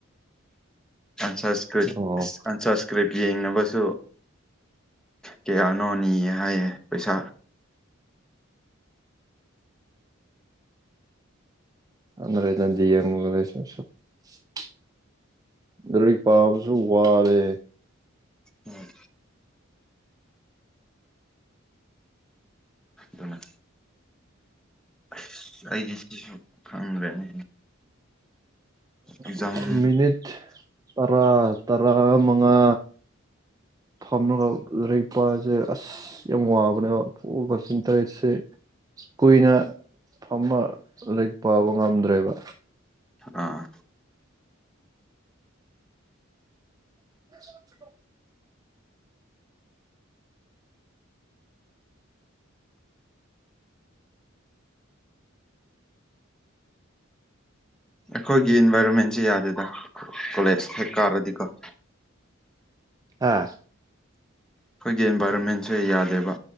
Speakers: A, in the centre; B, on the right.
A: ꯑꯟꯁꯁꯀ꯭ꯔꯤꯠ
B: ꯑꯣ
A: ꯑꯟꯁꯁꯀ꯭ꯔꯤꯠ ꯌꯦꯡꯅꯕꯁꯨ ꯀꯌꯥꯅꯣ ꯅꯤꯌꯦ ꯍꯥꯏꯌꯦ ꯄꯩꯁꯥ꯫
B: <inaudible> ꯂꯔꯤꯛ ꯄꯥꯕꯁꯨ ꯋꯥꯔꯦ꯫
A: ꯎꯝ ꯑꯗꯨꯅ ꯑꯁ ꯑꯩꯗꯤ ꯁꯤꯁꯨ ꯈꯪꯗ꯭ꯔꯦꯅꯦ꯫ ꯑꯦꯛꯖꯥꯝ
B: <inaudible> ꯃꯤꯅꯤꯠ ꯇꯔꯥ ꯇꯔꯥꯃꯉꯥ ꯐꯝꯃꯒ ꯂꯔꯤꯛ ꯄꯥꯁꯦ ꯑꯁ꯫ ꯌꯥꯝ ꯋꯥꯕꯅꯦꯕ ꯄꯨ ꯀꫭꯁꯤꯟ ꯇꯔꯦꯠꯁꯦ꯫ ꯀꯨꯏꯅ ꯐꯝꯃ ꯂꯩꯔꯤꯛ ꯄꯥꯕ ꯉꯝꯗ꯭ꯔꯦꯕ꯫
A: ꯑꯥ꯫
B: <inaudible>
A: ꯑꯈꯣꯏꯒꯤ ꯏꯟꯚꯥꯏꯔꯣꯟꯃꯦꯟꯁꯦ ꯌꯥꯗꯦꯗ ꯀꯣꯂꯦꯖ ꯍꯦꯛ ꯀꯥꯔꯗꯤꯀꯣ꯫
B: ꯍꯥ꯫
A: ꯑꯈꯣꯏꯒꯤ ꯏꯟꯚꯥꯏꯔꯣꯟꯃꯦꯟꯁꯦ ꯌꯥꯗꯦꯕ